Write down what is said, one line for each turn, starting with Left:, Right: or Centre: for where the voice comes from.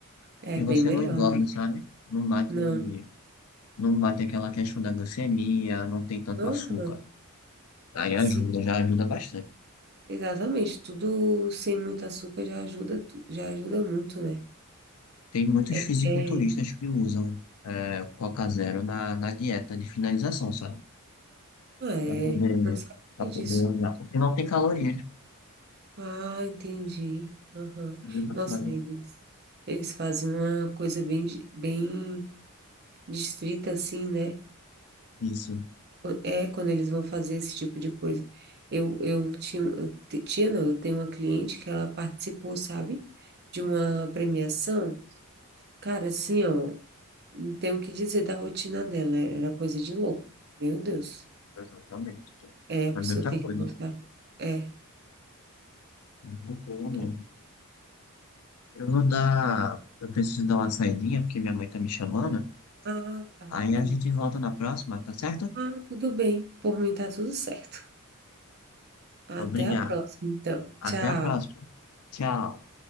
Right: É
Left: que
Right: bem
Left: você
Right: melhor,
Left: não engorda,
Right: né?
Left: sabe? Não bate,
Right: Não.
Left: não bate aquela questão da glicemia, não tem tanto
Right: Aham.
Left: açúcar. Aí
Right: Sim.
Left: ajuda, já ajuda bastante.
Right: Exatamente. Tudo sem muito açúcar já ajuda, tu- já ajuda muito, né?
Left: Tem muitos
Right: É.
Left: fisiculturistas
Right: é.
Left: que usam é, Coca Zero na, na dieta de finalização, sabe?
Right: Ah, é.
Left: Pra poder,
Right: Não sabia
Left: pra poder
Right: disso.
Left: usar, porque não tem calorias.
Right: Ah, entendi. Aham.
Left: Bem bacana.
Right: Nossa, eles, eles fazem uma coisa bem, bem distrita, assim, né?
Left: Isso,
Right: É quando eles vão fazer esse tipo de coisa. Eu, eu tinha, eu te- tinha, não, eu tenho uma cliente que ela participou, sabe? De uma premiação. Cara, assim, ó, não tenho o que dizer da rotina dela. Era coisa de louco. Meu Deus.
Left: exatamente.
Right: É, a pessoa
Left: É muita
Right: tem
Left: coisa.
Right: que gostar. É,
Left: Muita coisa mesmo.
Right: é bem
Left: Eu vou dar. Eu preciso dar uma saidinha, porque minha mãe tá me chamando.
Right: Ah, tá,
Left: Aí
Right: entendi.
Left: a gente volta na próxima, tá certo?
Right: Ah, tudo bem. Por mim tá tudo certo. Até
Left: Obrigado.
Right: a próxima, então.
Left: Até
Right: Tchau.
Left: a próxima. Tchau.